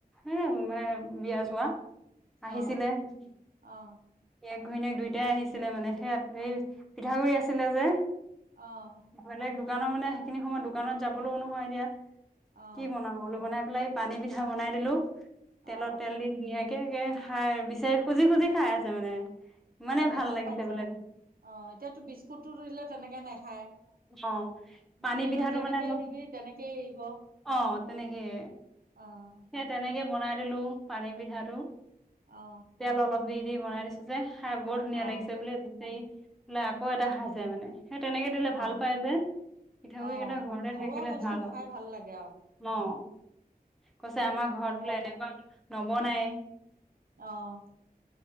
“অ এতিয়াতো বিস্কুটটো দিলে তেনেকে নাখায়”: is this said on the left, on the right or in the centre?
Right